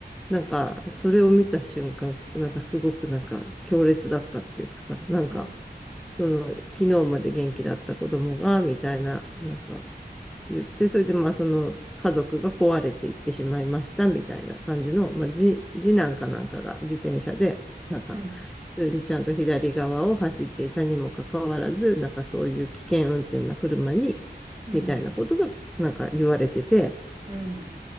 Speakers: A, in the centre; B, on the right.
A: なんか、それを見た瞬間、なんかすごくなんか強烈だったっていうかさ、なんか、
B: ああ
A: その、昨日まで元気だった子供が、みたいな、なんか言って、それでまあその家族が壊れていってしまいました、みたいな感じの、まあ、じ、次男かなんかが自転車で、なんか、
B: うん、
A: 普通にちゃんと左側を走っていたにもかかわらず、なんかそういう危険運転な車に、
B: うん、
A: みたいなことが、なんか言われてて、
B: うん、